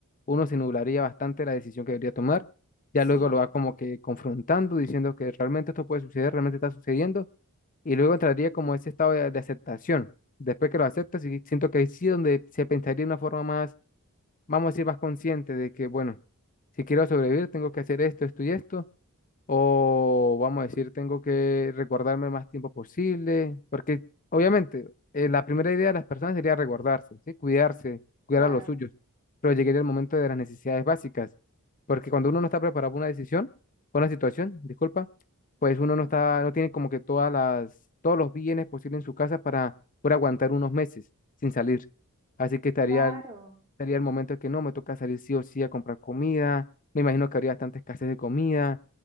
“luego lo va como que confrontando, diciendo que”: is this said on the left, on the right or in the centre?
Left